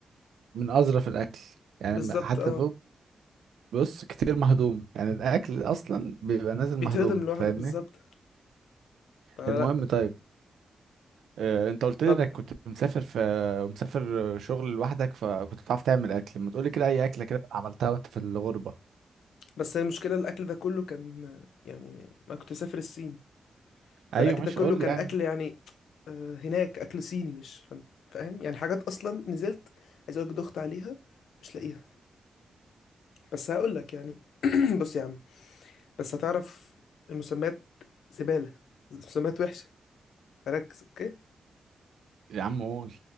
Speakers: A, on the right; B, on the left.
A: من اظرف الاكل يعني
B: بالظبط
A: حتى
B: اه
A: فوق بص كتير مهضوم يعني الاكل اصلا بيبقى نازل
B: بيتهضم
A: مهضوم
B: لوحده
A: فاهمني
B: بالظبط فلا
A: المهم طيب آه، انت قلت
B: طب
A: لي انك كنت مسافر في مسافر شغل لوحدك فكنت بتعرف تعمل اكل ما تقولي كده اي اكله كده عملتها وانت في الغربه
B: بس المشكله الاكل ده كله كان آه، يعني ما كنت مسافر الصين فالاكل
A: ايوه ماشي
B: ده كله
A: قول
B: كان
A: لي يعني
B: اكل يعني آه، هناك اكل صيني مش فاهم فاهم؟ يعني حاجات اصلا نزلت عايز اقولك دخت عليها مش لاقيها بس هقول لك يعني <clears throat> بص يا عم بس هتعرف المسميات زباله مسميات وحشه فركز اوكي
A: يا عم قول